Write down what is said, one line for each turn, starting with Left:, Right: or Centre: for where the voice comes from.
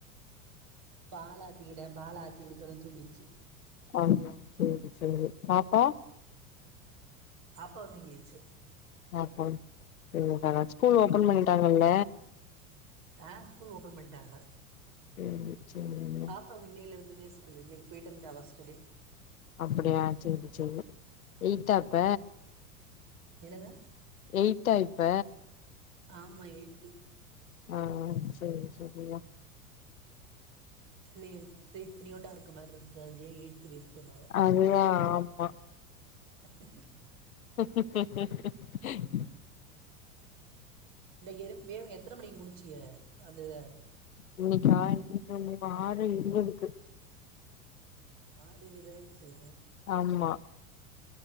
Right: பாலாத்திக்கிட்டே பாலாத்தி குடுத்தோனே தூங்கிருச்சு
Left: அப்டியா செரி செரி பாப்பா
Right: பாப்பாவு தூங்கிருச்சு
Left: அப்றோ என்ன கத ஸ்கூல் ஓப்பன் பண்ணிட்டாங்கல்ல
Right: ஆ ஸ்கூல் ஓப்பன் பண்டாக
Left: செரி செரிங்க
Right: பாப்பாக்கு இன்னையில இருந்துதே ஸ்கூலு இன்னைக்கு போயிட்டு வன்டா ஃபஸ்ட்டு டே
Left: அப்டியா செரி செரி எய்த்தா இப்ப
Right: என்னங்க
Left: எய்த்தா இப்ப
Right: ஆமா எய்த்து
Left: ஆ செரி செரிமா
Right: பிள்ளைக இத் இத்துனியோண்டா இருக்க மாரி இருக்கு அதுலயே எய்த் போய்ர்ச்சி எ மக
Left: அதுதா ஆமா
Right: <inaudible>
Left: <inaudible>
Right: இந்த எறும் வேவ எத்தன மணிக்கு முடிச்சிய அந்த இத
Left: இன்னைக்கா இன்று ம்பா ஆறு இருவதுக்கு
Right: ஆறு இருவதாச்சா
Left: ஆமா